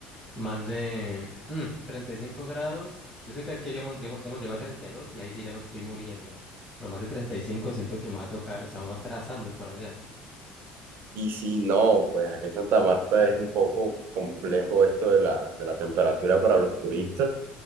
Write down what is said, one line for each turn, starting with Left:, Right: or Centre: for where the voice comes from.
Left: más de mm, 35 grados. Yo sé que aquí llegamos- llegamos- hemos llegado a 32 y dos y ahí sí ya me estoy muriendo. Pero más de 35 siento que me va a tocar, o sea, me va a estar asando por allá.
Right: Y si no, pues aquí en Santa Marta es un poco complejo esto de la, de la temperatura para los turistas.